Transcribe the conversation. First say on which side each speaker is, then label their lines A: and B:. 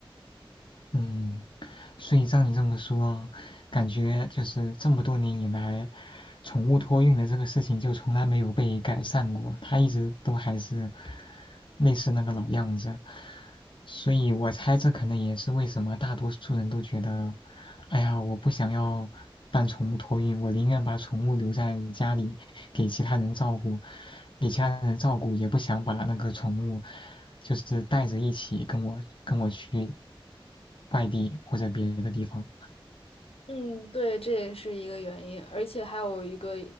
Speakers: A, on the left; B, on the left.
A: 嗯，所以照你这么说，感觉就是这么多年以来，宠物托运的这个事情就从来没有被改善过，它一直都还是类似那个老样子。所以我猜这可能也是为什么大多数人都觉得，哎呀，我不想要办宠物托运，我宁愿把宠物留在家里给其他人照顾，给其他人照顾，也不想把那个宠物就是带着一起跟我跟我去外地或者别的地方。
B: 嗯，对，这也是一个原因，而且还有一个